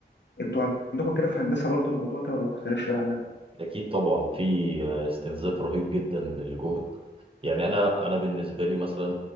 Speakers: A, on the left (about 75°); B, on the right (about 30°).
A: انتوا عندكم كده في هندسه برضو الموضوع ده ولا مختلف شويه عننا
B: أكيد طبعا في آه، استنزاف رهيب جدا للجهد يعني أنا أنا بالنسبة لي مثلا